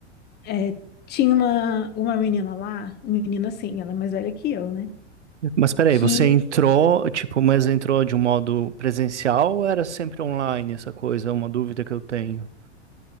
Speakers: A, on the left; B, on the right.
A: é, tinha uma uma menina lá, menina assim, ela é mais velha que eu, né?
B: Mas peraí,
A: Que
B: você entrou, tipo, mas entrou de um modo presencial ou era sempre online essa coisa? É uma dúvida que eu tenho.